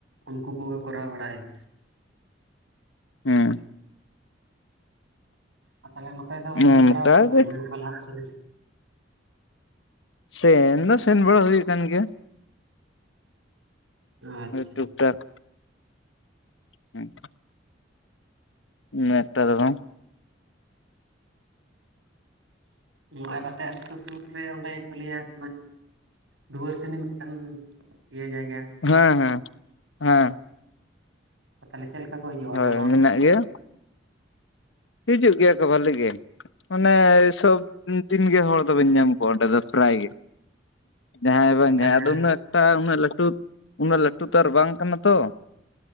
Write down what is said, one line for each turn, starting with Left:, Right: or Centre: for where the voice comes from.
Right: ᱩᱱᱠᱩ ᱠᱚᱜᱮ ᱠᱚᱨᱟᱣ ᱵᱟᱲᱟᱭ ᱜᱮᱭᱟ᱾
Left: ᱦᱩᱸ
Right: ᱟᱨ ᱛᱟᱦᱚᱞᱮ ᱱᱚᱛᱮ ᱫᱚ ᱦᱮᱡ
Left: ᱦᱮᱸ ᱚᱱᱠᱟ
Right: ᱵᱟᱲᱟᱣ ᱟᱠᱟᱱᱟ
Left: ᱜᱮ
Right: ᱥᱮ?
Left: ᱥᱮᱱ ᱫᱚ ᱥᱮᱱ ᱵᱟᱲᱟ ᱦᱩᱭ ᱠᱟᱱ ᱜᱮᱭᱟ᱾
Right: ᱟᱪᱪᱷᱟ
Left: ᱴᱩᱠ ᱴᱟᱠ ᱦᱮᱸ ᱩᱱᱟᱹᱜ ᱮᱠᱴᱟ ᱫᱚ ᱵᱟᱝ᱾
Right: ᱚᱱᱟ ᱠᱟᱛᱮ ᱟᱛᱩ ᱥᱩᱨ ᱨᱮ ᱚᱸᱰᱮ ᱠᱚ ᱞᱟᱹᱭᱟ ᱾ ᱫᱩᱣᱟᱹᱨ ᱥᱮᱱᱤ ᱢᱤᱫᱴᱟᱝ ᱤᱭᱟᱹ ᱡᱟᱭᱜᱟ᱾
Left: ᱦᱮᱸ ᱦᱮᱸ ᱦᱮᱸ
Right: ᱛᱟᱦᱚᱞᱮ ᱪᱮᱫ ᱞᱮᱠᱟ ᱠᱚ ᱦᱩᱭᱩᱜᱼᱟ ᱚᱸᱰᱮ
Left: ᱦᱳᱭ
Right: ᱦᱚᱲ
Left: ᱢᱮᱱᱟᱜ
Right: ᱠᱚ?
Left: ᱜᱮᱭᱟ ᱦᱤᱡᱩᱜ ᱜᱮᱭᱟ ᱠᱚ ᱵᱷᱟᱹᱞᱤ ᱜᱮ ᱢᱟᱱᱮ ᱥᱚᱵ ᱛᱤᱱᱜᱮ ᱦᱚᱲ ᱫᱚ ᱵᱤᱱ ᱧᱟᱢ ᱠᱚᱣᱟ ᱚᱸᱰᱮ ᱫᱚ ᱯᱨᱟᱭ ᱜᱮ᱾ ᱡᱟᱦᱟᱸᱭ ᱵᱟᱝ
Right: ᱛᱟᱦᱚᱞᱮ
Left: ᱡᱟᱦᱟᱸᱭ ᱟᱫᱚ ᱩᱱᱟᱹᱜ ᱮᱠᱴᱟ ᱩᱱᱟᱹᱜ ᱞᱟᱹᱴᱩ ᱩᱱᱟᱹᱜ ᱞᱟᱹᱴᱩ ᱞᱟᱹᱴᱩ ᱛᱚ ᱟᱨ ᱵᱟᱝ ᱠᱟᱱᱟ ᱛᱚ